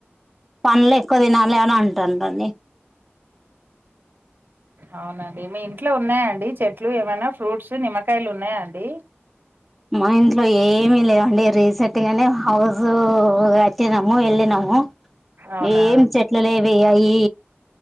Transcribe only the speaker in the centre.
పండ్లెక్కువ తినాలి అని అంటాండండ్రి.
మా ఇంట్లో ఏమి లేవండి రీసెట్గనే హౌస్ గట్టినము ఎళ్ళినము.
ఏం చెట్లు లేవిగ ఈ